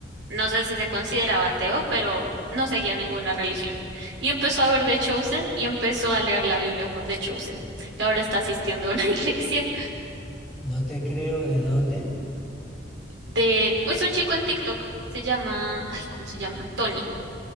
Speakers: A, on the right (about 80°); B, in the centre.
A: no sé si se consideraba ateo, pero no seguía ninguna religión. Y empezó a ver The Chosen y empezó a leer la Biblia por The Chosen. Y ahora está asistiendo a una <laughs> iglesia
B: No te creo de dónde.
A: de... Es un chico en TikTok. Se llama... Ay, ¿cómo se llama? Tony.